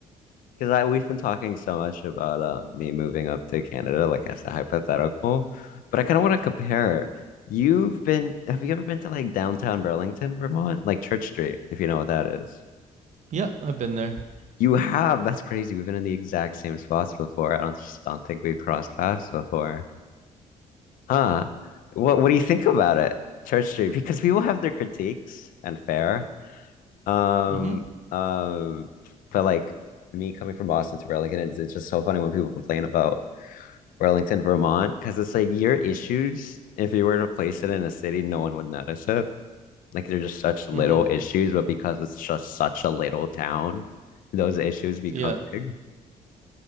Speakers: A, on the left; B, on the right.
A: Because I we've been talking so much about uh, me moving up to Canada, like as a hypothetical, but I kind of want to compare. You've been, have you ever been to like downtown Burlington, Vermont, like Church Street, if you know what that is?
B: yeah I've been there.
A: You have. That's crazy. We've been in the exact same spots before. I don't just don't think we've crossed paths before. Huh. What what do you think about it? Church Street, because people have their critiques and fair. Um,
B: Mm-hmm.
A: um, but like me coming from Boston to Burlington, it's, it's just so funny when people complain about Burlington, Vermont, because it's like your issues, if you were to place it in a city, no one would notice it. Like they're just such little
B: Mm-hmm.
A: issues, but because it's just such a little town, those issues become
B: Yeah.
A: big.